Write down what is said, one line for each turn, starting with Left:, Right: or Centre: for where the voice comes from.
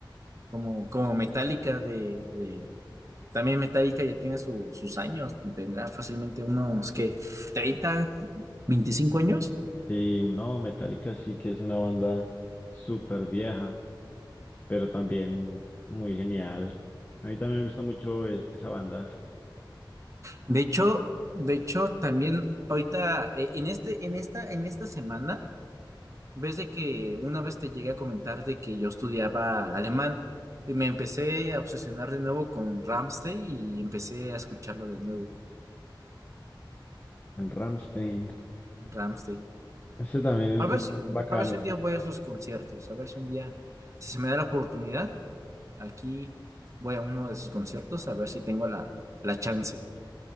Right: Como, como Metallica de, de- También Metallica ya tiene su- sus años, tendrá fácilmente unos, ¿qué? treinta, 25 años.
Left: Sí, no, Metallica sí que es una banda súper vieja, pero también muy genial. A mí también me gusta mucho e- esa banda,
Right: De hecho, de hecho, también ahorita, eh, en este, en esta, en esta semana, ves de que una vez te llegué a comentar de que yo estudiaba alemán. y Me empecé a obsesionar de nuevo con Rammstein y empecé a escucharlo de nuevo,
Left: el Rammstein.
Right: Ramstein
Left: Ese también
Right: A ver
Left: es
Right: si,
Left: bacano.
Right: a ver si un día voy a sus conciertos, a ver si un día, si se me da la oportunidad, aquí voy a uno de sus conciertos a ver si tengo la, la chance.